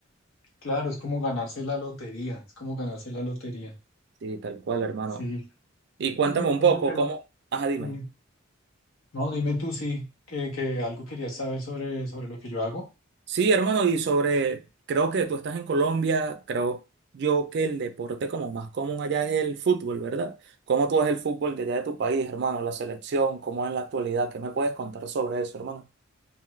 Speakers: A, on the left; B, on the right.
A: Claro, es como ganarse la lotería, es como ganarse la lotería.
B: Sí, tal cual, hermano.
A: Sí.
B: Y cuéntame
A: Oye,
B: un
A: oye,
B: poco,
A: pero
B: ¿cómo? Ajá, dime.
A: sí. No, dime tú sí, que, que algo querías saber sobre, sobre lo que yo hago.
B: Sí, hermano, y sobre, creo que tú estás en Colombia, creo yo que el deporte como más común allá es el fútbol, ¿verdad? ¿Cómo tú ves el fútbol de allá de tu país, hermano? La selección, ¿cómo es en la actualidad? ¿Qué me puedes contar sobre eso, hermano?